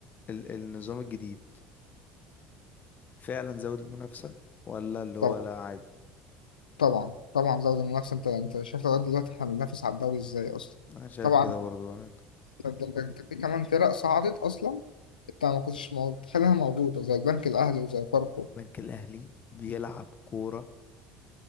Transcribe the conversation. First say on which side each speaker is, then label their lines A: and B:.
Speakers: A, on the left; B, on the left.
A: ال النظام الجديد فعلا زود المنافسة ولا اللي هو
B: طبعا
A: لا عادي
B: طبعا طبعا زود المنافسه انت انت شايف لغايه دلوقتي احنا بننافس على الدوري ازاي اصلا
A: انا شايف
B: طبعا
A: كده برضو بأمانة
B: ده- ده- ده- ده في كمان فرق صعدت اصلا انت ما كنتش متخيلها موجوده زي البنك الاهلي وزي فاركو
A: البنك الاهلي بيلعب كوره